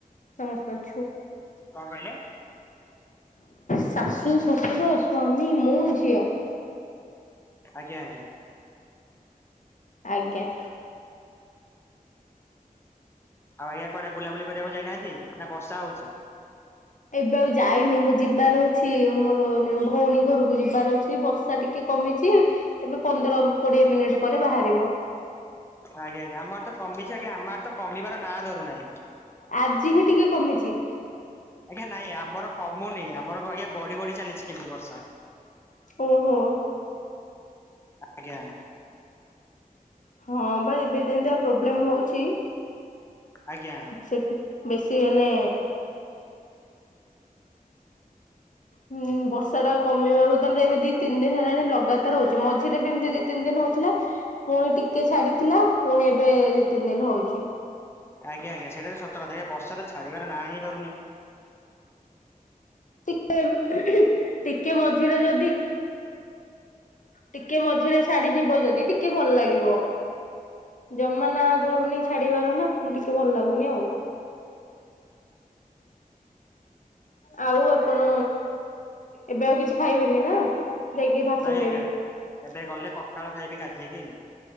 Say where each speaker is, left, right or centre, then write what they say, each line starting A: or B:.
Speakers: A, on the left (about 55°); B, on the left (about 15°).
A: ସମସ୍ତେ ଅଛୁ।
B: କଣ କହିଲେ?
A: ଶାଶୁ ଶ୍ୱଶୁର ସ୍ୱାମୀ ମୁଁ ଝିଅ।
B: ଆଜ୍ଞା ଆଜ୍ଞା।
A: ଆଜ୍ଞା।
B: ଆଉ ଆଜ୍ଞା କୁଆଡ଼େ ବୁଲାବୁଲି କରିବାକୁ ଯାଇନାହାନ୍ତି ନା ବର୍ଷା ହଉଚି।
A: ଏବେ ଆଉ ଯାଇନି ମୁଁ ଯିବାର ଅଛି ମୋର ଜଣେ ଭଉଣୀ ଘରକୁ ଯିବାର ଅଛି। ଏଇ ବର୍ଷା ଟିକେ କମିଚି ଏବେ ପନ୍ଦର କୋଡିଏ ମିନିଟ ପରେ ବାହାରିବ।
B: ଆଜ୍ଞା ଆଜ୍ଞା ଆମର ତ କମିଚି ଆଜ୍ଞା ଆମର ତ କମିବାର ନାଁ ଧରୁନାହିଁ।
A: ଆଜି ହିଁ ଟିକେ କମିଚି।
B: ଆଜ୍ଞା ନାଇଁ ଆମର କମୁନି ଆମର ଆୟାଁ ବଢି଼ ବଢି଼ ଚାଲିଚି କେମିତି ବର୍ଷା।
A: ଓହୋ।
B: ଆଜ୍ଞା।
A: ହଁ ବା ଏବେ ଯେମିତିଆ ପ୍ରବ୍ଲେମ ହଉଛି
B: ଆଜ୍ଞା
A: ସେଟୁ ବେଶୀ ମାନେ ହୁଁ ବର୍ଷା ଟା କମେଇବା ବଦଳରେ ଏବେ ଦି ତିନି ଦିନ ହେଲାଣି ଲଗାତାର ହଉଛି ମଝିରେ ବି ଏମିତି ଦି ତିନି ଦିନ ହଉଥିଲା ପୁଣି ଟିକେ ଛାଡିଥିଲା ପୁଣି ଏବେ ଦି ତିନି ଦିନ ହଉଚି।
B: ଆଜ୍ଞା ଆଜ୍ଞା ସେଇଟା ସତ କଥା ଆଜ୍ଞା ବର୍ଷା ତ ଛାଡିବାର ନା ହିଁ ଧରୁନି।
A: ଟିକେମ ଟିକେ ମଝିରେ ଯଦି ଟିକେ ମଝିରେ ଛାଡ଼ି ଯିବ ଯଦି ଟିକେ ଭଲ ଲାଗିବ। ଜମା ନା ଧରୁନି ଛାଡିବାର ନା ଟିକେ ଭଲ ଲାଗୁନି ଆଉ। ଆଉ ଆପଣ ଏବେ ଆଉ କିଛି ଖାଇବେନି ନା। ଯାଇକି ଭାତ
B: ନାଇଁ
A: ଖାଇବେ।
B: ଆଜ୍ଞା। ଏବେ
A: କଣ?
B: ଗଲେ ପଖାଳ ଖାଇବି ଗାଧେଇକି।